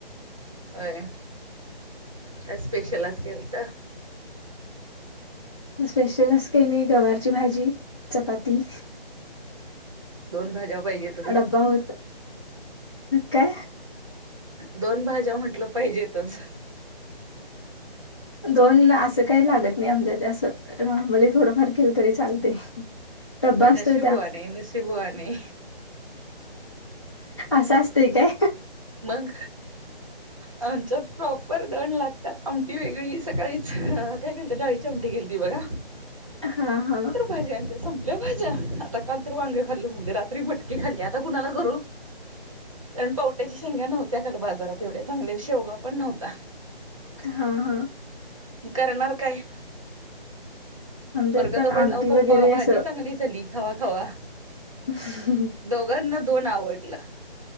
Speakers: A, on the right; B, on the left.
A: होय काय स्पेशल आज केलंत?
B: स्पेशल अस काई नाही गवारची भाजी चपाती.
A: दोन भाज्या पाहिजेत.
B: अ डब्बा होत, काय?
A: दोन भाज्या म्हटलं पाहिजेतच.
B: दोन आसं काय लागत नाई आमच्याथ असं. नॉर्मली थोडंफार केलं तरी चालते. डब्बा असतोय
A: नशीबवाणय नशीबवानय.
B: आसाच ठीकय.
A: मंग. आमच्यात प्रॉपर दोन लागतात आमटी वेगळी सकाळीच काय केलत डाळीची आमटी केलती बघा.
B: हां हां.
A: भाज्या आणल्या संपल्या भाज्या आता काल तर वांग खाल्ल म्हणल रात्री मट ती खणते आता कुणाला करू? कारण पाऊट त्याच्या शेंग्या नव्हत्या काल बाजारात एवढ्या चांगल्या शेवगा पण नव्हता.
B: हां हां.
A: करणार काय?
B: आमच्यात
A: पोरग
B: पण
A: त पहले
B: आमटी
A: ओ
B: वगैरे
A: पप्पा
B: असं
A: भाजी चांगली झाली खावा खावा.
B: <inaudible>
A: दोघांना दोन आवडलं.